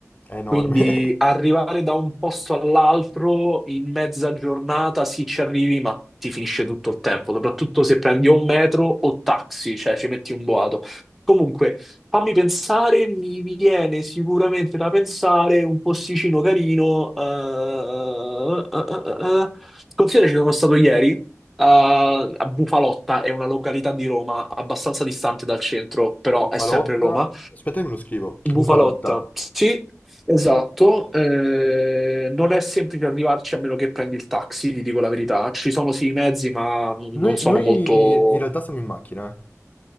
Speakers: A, on the left (about 30°); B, in the centre.
A: è enorme.
B: Quindi arrivare
A: <laughs>
B: da un posto all'altro in mezza giornata, sì, ci arrivi, ma ti finisce tutto il tempo, soprattutto se prendi o un metro o taxi, cioè ci metti un boato. Comunque, fammi pensare, mi viene sicuramente da pensare un posticino carino. eh, eh, eh, eh. eh, eh. Considera ci sono stato ieri a a Bufalotta, è una località di Roma abbastanza distante dal centro, però
A: Bufalotta.
B: è sempre Roma.
A: Aspetta che me lo scrivo.
B: Bufalotta,
A: Bufalotta.
B: sì, esatto. eh, non è semplice arrivarci a meno che prendi il taxi, ti dico la verità. Ci sono sì i mezzi, ma non
A: Noi,
B: sono
A: noi
B: molto.
A: in realtà siamo in macchina. eh.